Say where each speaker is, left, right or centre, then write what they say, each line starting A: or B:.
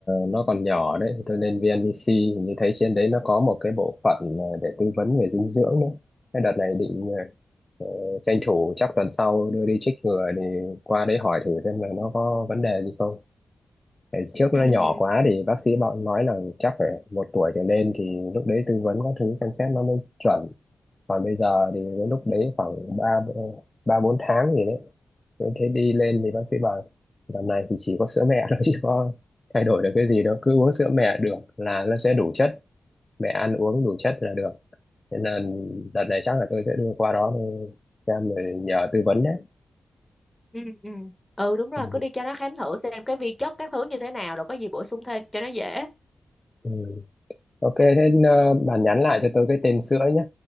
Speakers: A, on the left; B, on the left.
A: nó còn nhỏ đấy, thì tôi lên VNVC hình như thấy trên đấy nó có một cái bộ phận ờ, để tư vấn về dinh dưỡng nữa. Cái đợt này định ờ, ờ, tranh thủ chắc tuần sau đưa đi chích ngừa thì qua đấy hỏi thử xem là nó có vấn đề gì không. Tại trước
B: ừ
A: nó nhỏ
B: ừ
A: quá thì bác sĩ bọn nói là chắc phải một tuổi trở lên thì lúc đấy tư vấn các thứ xem xét nó mới chuẩn còn bây giờ thì cái lúc đấy khoảng ba ba bốn tháng gì đấy Thế thế đi lên thì bác sĩ bảo tầm này thì chỉ có sữa mẹ thôi <laughs> chứ có thay đổi được cái gì đâu cứ uống sữa mẹ được là nó sẽ đủ chất mẹ ăn uống đủ chất là được thế nên đợt này chắc là tôi sẽ đưa qua đó để xem rồi nhờ tư vấn đấy
B: ừ ừ ừ đúng rồi
A: ừ.
B: cứ đi cho nó khám thử xem cái vi chất các thứ như thế nào rồi có gì bổ sung thêm cho nó dễ
A: Ừ. ok thế ờ, bạn nhắn lại cho tôi cái tên sữa nhé